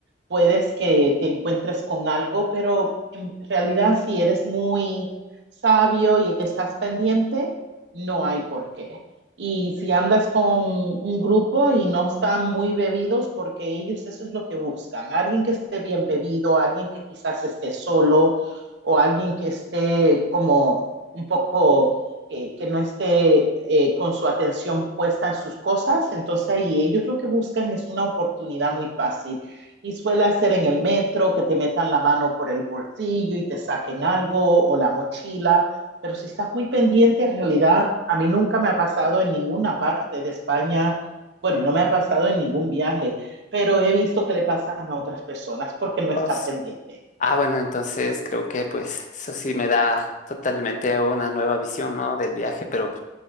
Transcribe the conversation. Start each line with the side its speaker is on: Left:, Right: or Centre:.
Right: puedes que te encuentres con algo, pero en realidad si eres muy sabio y estás pendiente, no hay por qué. Y si andas con un grupo y no están muy bebidos, porque ellos eso es lo que buscan, alguien que esté bien bebido, alguien que quizás esté solo o alguien que esté como un poco, eh, que no esté eh, con su atención puesta en sus cosas, entonces ahí ellos lo que buscan es una oportunidad muy fácil. Y suele hacer en el metro que te metan la mano por el bolsillo y te saquen algo o la mochila, pero si estás muy pendiente, en realidad a mí nunca me ha pasado en ninguna parte de España, bueno, no me ha pasado en ningún viaje, pero he visto que le pasan a otras personas porque no
Left: Oh,
Right: están
Left: sí.
Right: pendientes.
Left: Ah, bueno, entonces creo que pues eso sí me da totalmente una nueva visión, ¿no? Del viaje, pero